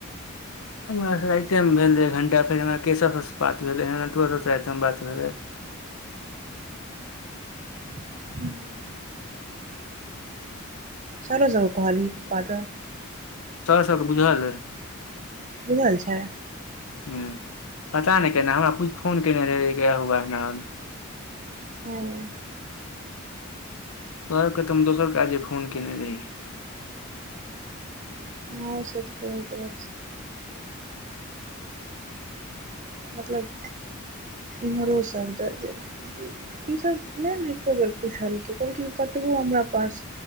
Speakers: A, on the left; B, on the right.
A: हमरा त राइते मे भेल रहै एक घंटा फेर हमरा केशव से बात भेलैहं तोहरो स़े एहि मे बात भेले
B: <inaudible> छौड़ौ सब के कहलिही पप्पा द
A: तोरा सबके बुज हल हय
B: बुझल छै
A: हूं पता नइ केना हमरा फोन केने रहै क्या हुआ नान
B: हं
A: कहल के त हम दोसर काजे फोन केयने रहहिय
B: हँ से तपे भ मतलब इमहरो सब द जे ईसभ नय ने एको बेर पुछलकै कहलखिन कतबो हमरा पास